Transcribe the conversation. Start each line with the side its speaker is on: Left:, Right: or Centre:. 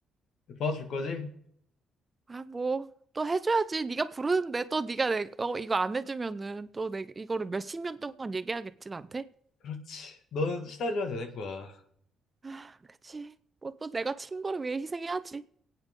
Left: 도와줄 거지?
Right: 아, 뭐, 또 해줘야지. 네가 부르는데 또 네가 내, 어, 이거 안 해주면은 또 내, 이거를 몇 십 년 동안 얘기하겠지, 나한테?
Left: 그렇지. 너는 시달려야 되는 거야.
Right: 아, 그치. 뭐 또 내가 친 거를 위해 희생해야지.